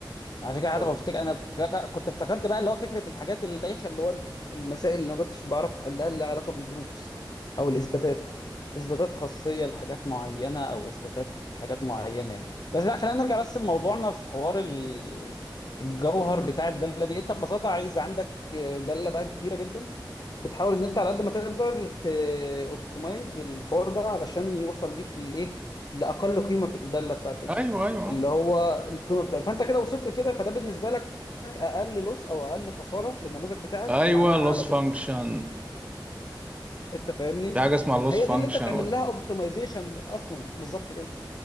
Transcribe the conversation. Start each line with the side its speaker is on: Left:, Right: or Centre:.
Left: عشان كده حتى
Right: طب
Left: بفتكر انا بفتكر- كنت افتكرت بقى اللي هو فكره الحاجات البايخه اللي هو المسائل اللي ما كنتش بعرف احلها اللي لها علاقه بالبروفس او الاثباتات اثباتات خاصيه لحاجات معينه او اثباتات حاجات معينه يعني بس لا خلينا نرجع بس لموضوعنا في حوار ال- الجوهر بتاع الداله دي انت ببساطه عايز عندك داله بقى كبيره جدا بتحاول ان انت على قد ما تقدر اوبتمايز الحوار ده علشان يوصل بيك للايه لاقل قيمه في الداله بتاعتك دي
Right: ايوه ايوه
Left: اللي هو القيمه بتاعتك فانت كده وصلت كده فده بالنسبه لك اقل لوس او اقل خساره للنموذج بتاعك
Right: ايوه
Left: فمعناها
Right: لوس
Left: اعلى دقه
Right: فانكشن
Left: انت فاهمني
Right: في حاجه اسمها لوس
Left: هي
Right: فانكشن
Left: دي اللي انت بتعمل لها اوبتمايزيشن اصلا بالظبط كده